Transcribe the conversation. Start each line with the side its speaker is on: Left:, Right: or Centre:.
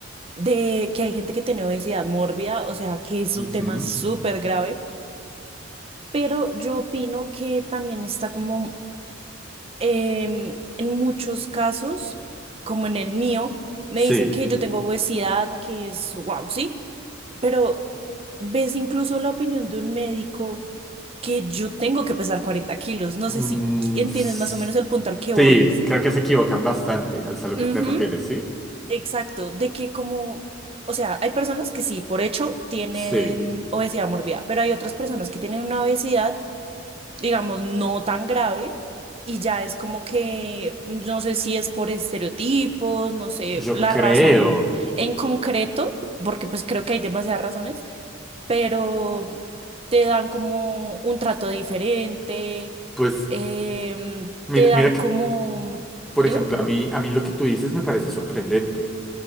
Right: de que hay gente que tiene obesidad mórbida, o sea, que es
Centre: Ujú.
Right: un tema súper grave, pero yo opino que también está como em, en muchos casos, como en el mío, me
Centre: Sí.
Right: dicen que yo tengo obesidad, que es wow, sí, pero ves incluso la opinión de un médico que yo tengo que pesar 40 kilos, no
Centre: Mm,
Right: sé si entiendes
Centre: s-
Right: más o menos el punto al que
Centre: sí,
Right: voy.
Centre: creo que se equivocan bastante al a lo
Right: Ujú,
Centre: que te refieres, ¿sí?
Right: Exacto, de que como, o sea, hay personas que sí, por hecho, tienen
Centre: Sí,
Right: obesidad mórbida, pero hay otras personas que tienen una obesidad, digamos, no tan grave y ya es como que, yo no sé si es por estereotipos, no sé,
Centre: yo
Right: la
Centre: creo.
Right: razón en concreto, porque pues creo que hay demasiadas razones, pero te dan como un trato diferente,
Centre: Pues
Right: em,
Centre: mira,
Right: te dan
Centre: mira
Right: como,
Centre: que, por
Right: dime,
Centre: ejemplo, a mí, a mí lo que tú dices me parece sorprendente,